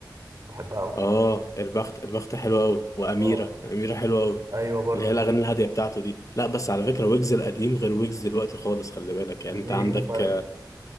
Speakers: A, on the right; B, on the left.
A: بحبها قوي
B: اه البخت البخت حلوه قوي واميره
A: اه
B: اميره حلوه قوي
A: ايوه برضو
B: اللي هي
A: دي.
B: الاغاني الهاديه بتاعته دي لا بس على فكره ويجز القديم غير ويجز دلوقتي خالص خلي بالك يعني
A: ليه
B: انت عندك
A: إيه الفرق